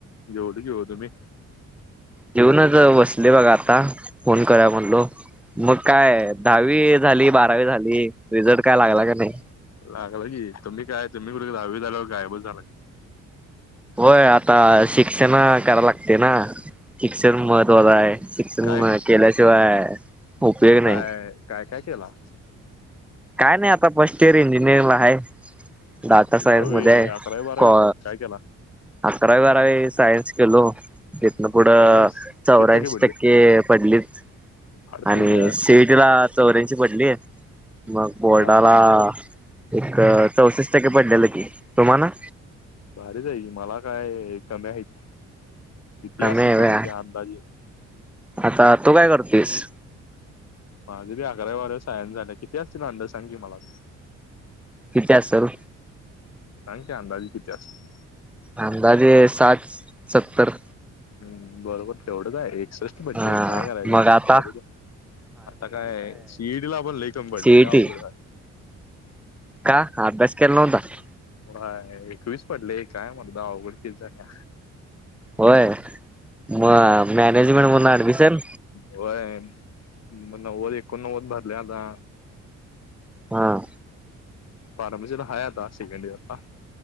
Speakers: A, on the left; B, in the centre.
A: जेवलो जेवलो मी.
B: जेवूनच बसले बघा आता फोन करावा म्हणलो. मग काय दहावी झाली बारावी झाली रिझल्ट काय लागला का नाही?
A: लागलं की तुम्ही काय तुम्ही कुठ दहावी झाल्यावर गायब झाला
B: व्हय आता शिक्षण कराव लागते ना शिक्षण महत्त्वाच आहे. शिक्षण
A: काय
B: केल्याशिवाय उपयोग नाही
A: काय काय काय केला?
B: काय नाही आता फर्स्ट इयर इंजिनिअरिंग ला आहे दाटासाहेब
A: दहावी
B: मध्ये आहे
A: अकरावी बारावी
B: क
A: काय केला
B: अकरावी बारावी सायन्स केेलो. इथन पुुढं
A: सायन्स
B: चौऱ्याशी
A: किती पडले
B: टक्के पडलीच
A: अडतीस
B: आणि <unintelligible> चौऱ्याशी पडलेत मग बोर्डाला
A: हा
B: एक चौंसष्ट टक्के पडलेलं की तुम्हाला?
A: भारीच हाय की मला काय कमी आहेत किती
B: कमी
A: असल
B: आहे
A: सांगते
B: व्हय.
A: अंदाजे
B: आता तू काय करतोयस?
A: माझ बी अकरा-बारावी सायन्स झालं किती असतील अंदाजे सांग कि मला पण.
B: किती असाव?
A: सांग की अंदाजे किती असतील?
B: अंदाजे साठ सत्तर??
A: हम बरोबर तेवढंच आहे एकसष्ट भेटले
B: हा
A: काय करायच
B: मग आता
A: मरूदे. आता काय सी ई टी ला पण लय कमी पडलेले
B: सीईटी
A: लय अवघड हाय.
B: का अभ्यास केला नव्हता?
A: हा एकविस पडले काय मर्दा अवघड फिल झालं.
B: होय. म मॅनेजमेंट म्हणून ऍडमिशन
A: होय. म नव्वद एकोणनव्वद भरले आता.
B: हां.
A: फार्मसीत हाय आता सेकंड इयरला.